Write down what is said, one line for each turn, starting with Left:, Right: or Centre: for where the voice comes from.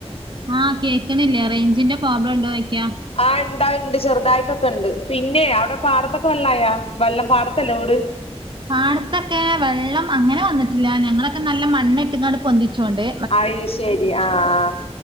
Right: ആഹ് കേക്ക്ണില്ലേ റെയ്ഞ്ചിന്റെ പ്രോബ്ലണ്ടോയ്ക്കാ
Left: ആഹ് ഇണ്ടാ ഇണ്ട് ചെർതായ്ട്ടൊക്കെണ്ട് പിന്നേ അവ്ടെ പാടത്തൊക്കെ വെള്ളായാ വെള്ളം പാടത്തല്ലെ വീട്
Right: പാടത്തൊക്കെ വെള്ളം അങ്ങെനെ വന്നിട്ടില്ലാ ഞങ്ങളൊക്കെ നല്ല മണ്ണ്ട്ട്ങ്ങാണ്ട് പൊന്തിച്ചാേണ്ട്
Left: അയ് ശെരി ആഹ്